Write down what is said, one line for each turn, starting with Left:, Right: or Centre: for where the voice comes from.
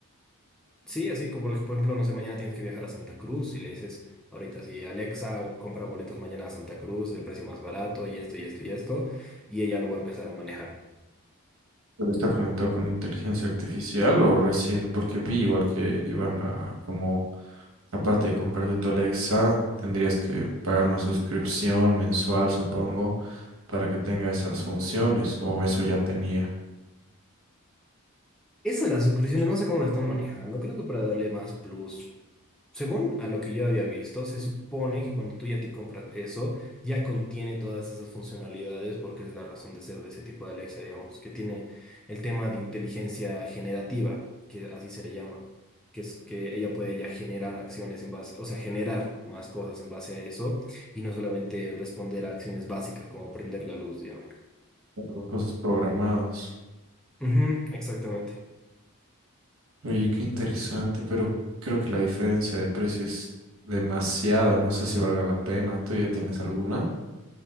Centre: Sí, así como por ej- por ejemplo, no sé, mañana tienes que viajar a Santa Cruz y le dices ahorita, sí, Alexa, compra boletos mañana a Santa Cruz del precio más barato y esto y esto y esto, y ella lo va a empezar a manejar.
Right: ¿Pero está conectado con inteligencia artificial o recién? Porque vi igual que iban a, como, aparte de comprarte tu Alexa, tendrías que pagar una suscripción mensual, supongo, para que tenga esas funciones, o eso ya tenía,
Centre: Eso de las suscripciones, no sé cómo lo están manejando, creo que para darle más plus. Según a lo que yo había visto, se supone que cuando tú ya te compras eso, ya contiene todas esas funcionalidades porque es la razón de ser de ese tipo de Alexa, digamos, que tiene el tema de inteligencia generativa, que así se le llama, que es que ella puede ya generar acciones en base, o sea, generar más cosas en base a eso y no solamente responder a acciones básicas como prender la luz, digamos.
Right: claro, cosas programadas.
Centre: Ujú, exactamente.
Right: Oye, qué interesante, pero creo que la diferencia de precio es demasiada. No sé si valga la pena. ¿Tú ya tienes alguna?